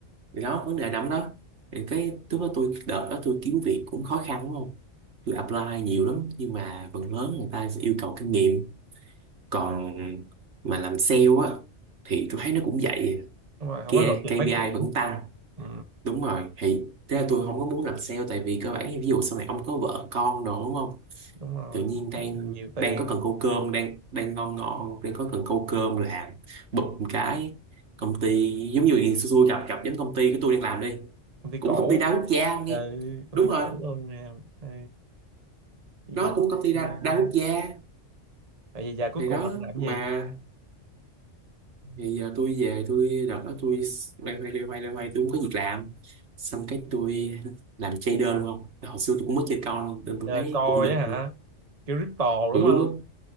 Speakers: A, on the right; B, on the right.
A: thì đó vấn đề nằm đó thì cái lúc đó tôi đợt đó tôi kiếm việc cũng khó khăn đúng không tôi apply nhiều lắm nhưng mà phần lớn người ta sẽ yêu cầu kinh nghiệm còn mà làm sale á thì tôi thấy nó cũng vậy
B: đúng rồi không
A: kia
B: có lộ trình
A: KPI
B: phát triển
A: vẫn tăng
B: ừ.
A: đúng rồi thì thế là tôi không có muốn làm sale tại vì cơ bản thì ví dụ sau này ông có vợ con đồ đúng không
B: đúng rồi
A: tự nhiên đang
B: mình cần nhiều tiền
A: đang có cần câu cơm đang đang ngon ngon đang có cần câu cơm làm bụp một cái công ty giống như xui xui gặp gặp giống công ty cái tôi đang làm đi
B: công ty cũ
A: cũng công ty đa quốc gia ông nghe
B: ừ, công
A: đúng
B: ty
A: rồi
B: cũ luôn nè ừ. thì
A: nó cũng công
B: xưa
A: ty đa,
B: nha
A: đa quốc gia
B: vậy giờ cuối
A: thì
B: cùng
A: đó
B: là ông làm cái
A: mà
B: gì
A: thì giờ tôi về tôi đợt đó tôi loay hoay loay hoay loay hoay tôi không có việc làm xong cái tôi làm trader luôn không hồi xưa tôi cũng mới chơi con
B: thì
A: nên tôi
B: là
A: thấy
B: coi
A: cũng được
B: á hả kiểu crypto đúng
A: Ừ,
B: không